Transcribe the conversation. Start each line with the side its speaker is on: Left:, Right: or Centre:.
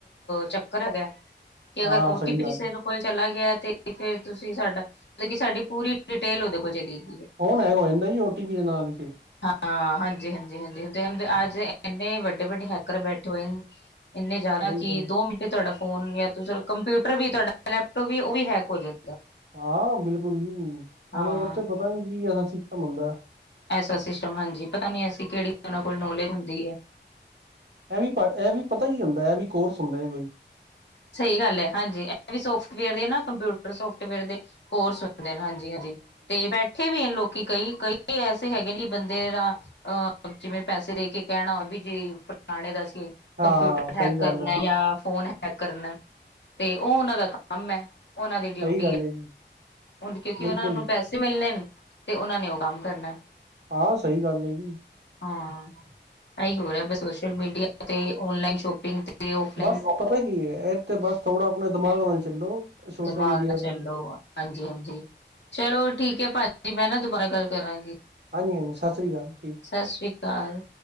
Left: ਚੱਕਰ ਹੈਗਾ ਕਿ
Right: ਹਾਂ
Left: ਅਗਰ ਓਟੀ
Right: ਸਹੀ ਗੱਲ
Left: ਪੀ ਕੋਲ ਚਲਾ ਗਿਆ ਤੇ ਫਿਰ ਤੁਸੀਂ ਸਾਡਾ ਮਤਲਬ ਕਿ ਸਾਡੀ ਪੂਰੀ ਡਿਟੇਲ ਉਹਦੇ ਕੋਲ ਚਲੀ ਗਈ ਹੈ।
Right: ਫੋਨ ਹੈਂਗ ਹੋ ਜਾਂਦਾ ਜੀ ਓਟੀ ਪੀ ਦੇ ਨਾਲ ਹੀ ਸਿਰਫ
Left: ਹਾਂ ਹਾਂਜੀ ਹਾਂਜੀ ਹਾਂਜੀ ਹਅੱਜ ਇੰਨੇ ਵੱਡੇ ਵੱਡੇ ਹੈਕਰ ਬੈਠੇ ਹੋਏ ਨੇ। ਇੰਨੇ ਜ਼ਿਆਦਾ
Right: ਉਹੀ
Left: ਕਿ
Right: ਤਾਂ
Left: ਦੋ ਮਿੰਟ ਜੇ ਤੁਹਾਡਾ ਫੋਨ ਜਾਂ ਤਾਂ ਕੰਪਿਊਟਰ ਵੀ ਤੁਹਾਡਾ ਲੈਪਟੋਪ ਵੀ ਉਹ ਵੀ ਹੈਕ ਹੋ ਜਾਂਦਾ।
Right: ਹਾਂ ਬਿਲਕੁਲ ਜੀ ਉਹਨਾਂ
Left: ਹਾਂ
Right: ਨੂੰ ਤੇ ਪਤਾ ਨੀ ਕੀ ਐਸਾ ਸਿਸਟਮ ਮਿਲਦਾ।
Left: ਐਸਾ ਸਿਸਟਮ ਹਾਂਜੀ ਪਤਾ ਨੀ ਐਸੀ ਕਿਹੜੀ ਉਹਨਾਂ ਕੋਲ ਨੌਲੇਜ ਹੁੰਦੀ ਹੈ
Right: ਇਹ ਵੀ ਇਹ ਵੀ ਪਤਾ ਹੀ ਹੁੰਦਾ ਇਹ ਵੀ ਕੋਰਸ ਹੁੰਦੀ ਕੋਈ।
Left: ਸਹੀ ਗੱਲ ਹੈ। ਹਾਂਜੀ। ਇਹ ਵੀ ਸੋਫਟਵੇਅਰ ਦੀ ਨਾ ਕੰਪਿਊਟਰ ਸੋਫਟਵੇਅਰ ਦੇ ਕੋਰਸ ਹਾਂਜੀ -ਹਾਂਜੀ ਤੇ ਬੈਠੇ ਵੀ ਲੋਕੀ ਕਈ, ਕਈ ਐਸੇ ਹੈਗੇ ਨੇ ਬੰਦੇ ਦਾ ਅਹ ਜਿਵੇਂ ਪੈਸੇ ਦੇ ਕੇ ਕਹਿਣਾ ਵੀ ਜੇ ਫਲਾਣੇ ਦਾ ਸੀ।
Right: ਹਾਂ
Left: ਕੰਪਿਊਟਰ
Right: ਸਹੀ
Left: ਹੈਕ ਕਰਨਾ।
Right: ਗੱਲ ਹੈ
Left: ਜਾਂ ਫੋਨ ਹੈਕ ਕਰਨਾ। ਤੇ ਉਹ ਉਹਨਾਂ ਦਾ ਕੰਮ ਹੈ। ਉਹਨਾਂ ਦੀ ਡਿਊਟੀ
Right: ਸਹੀ ਗੱਲ
Left: ਹੈ।
Right: ਜੀ
Left: ਕਿਉਂਕਿ
Right: ਬਿਲਕੁਲ
Left: ਉਹਨਾਂ ਨੂੰ ਪੈਸੇ ਮਿਲਣੇ ਨੇ। ਤੇ ਉਹਨਾਂ ਨੇ ਉਹ ਕੰਮ ਕਰਨਾ।
Right: ਹਾਂ। ਸਹੀ ਗੱਲ ਹੈ ਜੀ।
Left: ਹਾਂ। ਇਹੀ ਹੋਰਹਾ ਸੋਸ਼ਲ ਮੀਡੀਆ ਤੇ ਓਨਲਾਈਨ ਸ਼ੋਪਿੰਗ ਤੇ ਓਫਲਾਈਨ
Right: ਬਸ ਪਤਾ ਕੀ ਹੈ। ਇਕ ਤੇ ਬਸ ਥੋੜ੍ਹਾ ਆਪਣਾ ਦਿਮਾਗ ਨਾਲ ਚੱਲੋ। ਸੋਸ਼ਲ
Left: ਦਿਮਾਗ
Right: ਮੀਡੀਆ
Left: ਨਾਲ
Right: ਤੇ
Left: ਚੱਲੋ ਵ। ਹਾਂਜੀ- ਹਾਂਜੀ। ਚਲੋ ਠੀਕ ਹੈ ਭਾਜੀ। ਮੈਂ ਨਾ ਦੁਬਾਰਾ ਗੱਲ ਕਰਾਂਗੀ।
Right: ਹਾਂਜੀ। ਹਾਂ, ਸਤਿ ਸ਼੍ਰੀ ਅਕਾਲ। ਠੀਕ।
Left: ਸਤਿ ਸ਼੍ਰੀ ਅਕਾਲ।